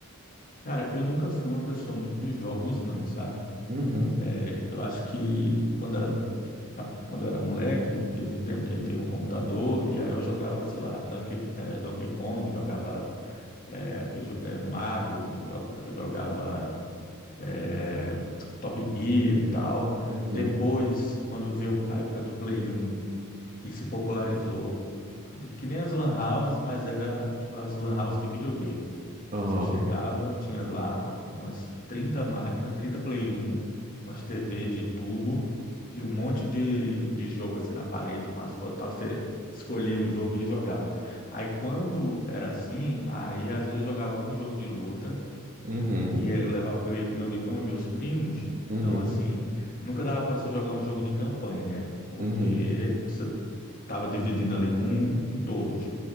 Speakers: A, on the left; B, on the right.
A: Cara, eu nunca fui uma pessoa muito dos jogos, não, sabe?
B: Uhum,
A: É, eu acho que quando era Ah, Quando eu era moleque, teve um tempo que a gente teve um computador e aí eu jogava, sei lá, Donkey, eh, Donkey Kong, jogava eh, aquele, jo- eh, Mario, jo- jogava eh, Top Gear e tal.
B: uhum,
A: Depois, quando veio a época do Play 1, que se popularizou, que nem as lan houses, mas era tipo as lan houses de videogame.
B: aham,
A: Você chegava, tinha lá umas 30 máquinas, 30 Play 1, com as TVs de tubo e um monte de, de jogo assim na parede com as fotos. e tal. Você escolhia um jogo e jogava. Aí quando era assim, aí às vezes eu jogava algum jogo de luta
B: uhum,
A: e aí eu, levava, eu ia com meu irmão e meus primos.
B: uhum,
A: Então, assim, nunca dava para você jogar um jogo de campanha, né? Porque
B: uhum,
A: você tava dividindo ali com, com todos.